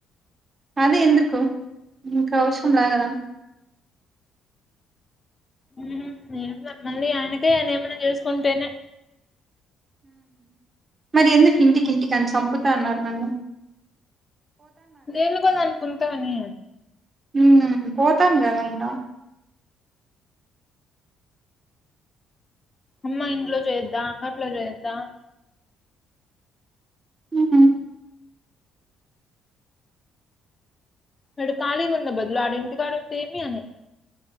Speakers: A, on the right; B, on the left.
A: అదే ఎందుకు ఇంకా అవసరం లాగదా
B: ఉహు ఏమ్ ల మల్లి ఆయనకే ఆయన ఏమన్నా చేసుకుంటేనే
A: మరి ఎందుకు ఇంటికి ఇంటికని చంపుతాన్నారు నన్ని
B: దేన్లకో దానికి ఉంటావని
A: ఉ పోతాను కదా ఇంగ
B: అమ్మా ఇంట్లో చేద్దా అంగట్లో చేద్దా
A: ఉహు
B: మడి ఖాళీగా ఉండే బదులు ఆడ ఇంటి కాడ ఉంటే అని